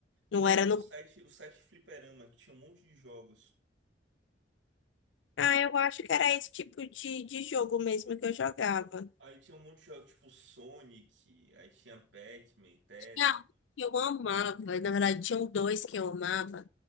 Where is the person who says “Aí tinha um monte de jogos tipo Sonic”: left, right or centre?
Right